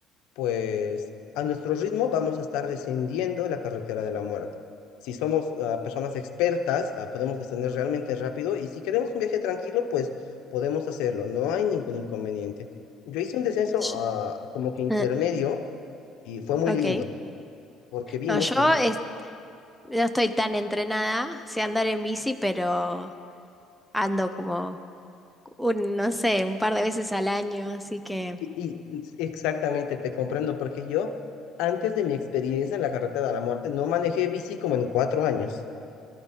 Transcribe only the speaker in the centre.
Sh-
eh,
Ok.
No, yo
es- no estoy tan entrenada, sé andar en bici, pero ando como un, no sé, un par de veces al año, así que